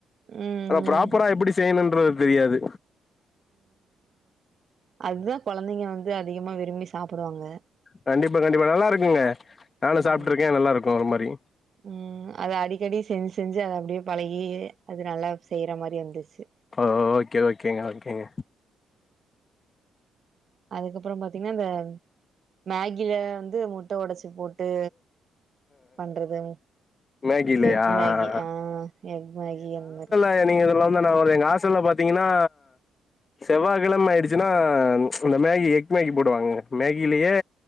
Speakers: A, on the right (about 55°); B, on the left (about 35°).
A: ம்
B: ஆனா
A: ம்
B: ப்ராப்பரா எப்பிடி செய்யணுன்றது தெரியாது
A: அதுதா கொழந்தைங்க வந்து அதிகமா விரும்பி சாப்புடுவாங்க
B: கண்டிப்பா கண்டிப்பா நல்லாருக்குங்க நானு
A: ம்
B: சாப்ட்ருக்கே நல்லாருக்கு ஒரு மாரி
A: ம் அத அடிக்கடி செஞ்சு செஞ்சு அத அப்டியே பழகி அது நல்லா செய்யற மாரி வந்துர்ச்சு
B: ஒ ஓகே ஓகேங்க ஓகேங்க
A: அதுக்கப்புறோ பாத்தீங்கன்னா வே மேகில வந்து முட்ட ஒடச்சி போட் ட்டு பண்றதுங்
B: மேகிலயா
A: எக்
B: ஆ
A: மேகி
B: ஆ
A: அ எக் மேகி அந்த மாரி
B: அ நீங்க இதுல வந்து நா ஒரு எங்க ஹாஸ்ட்டல்ல பாத்தீங்கன்னா செவ்வாக்கெழம ஆயிடுச்சுன்னா இந்த மேகி எக் மேகி போடுவாங்க மேகிலயே